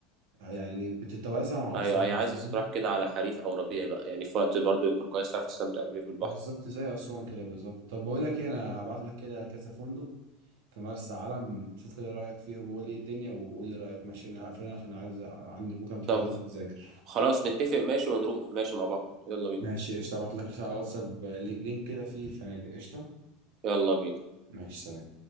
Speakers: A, on the right (about 85°); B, on the right (about 40°).
A: يعني بتتوازى مع
B: ايوه
A: اسوان
B: هي عايزه
A: فاهم
B: تروح كده على خريف او ربيع بقى يعني في وقت برضو يكون كويس تعرف تستمتع بيه في البحر
A: بالظبط زي اسوان كده بالظبط طب بقول لك ايه انا هبعت لك كده كذا فندق في مرسى علم شوف كده رايك فيهم وقول لي ايه الدنيا وقول لي رايك ماشي انا هقفل عشان عايز عندي بكره امتحان
B: طب
A: عايز اذاكر
B: خلاص نتفق ماشي ونروح ماشي مع بعض يلا بينا
A: ماشي قشطة هبعت لك رسالة على واتساب آه، لينك لينك كده فيه الفنادق قشطة
B: يلا بينا
A: ماشي سلام